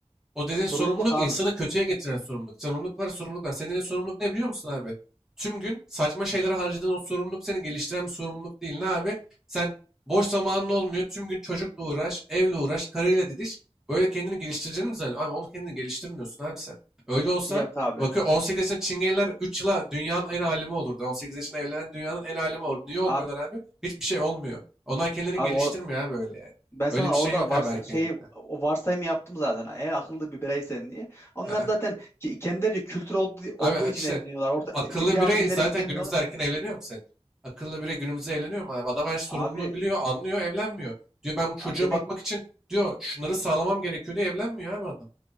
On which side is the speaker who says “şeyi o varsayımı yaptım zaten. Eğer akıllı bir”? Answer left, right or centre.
Left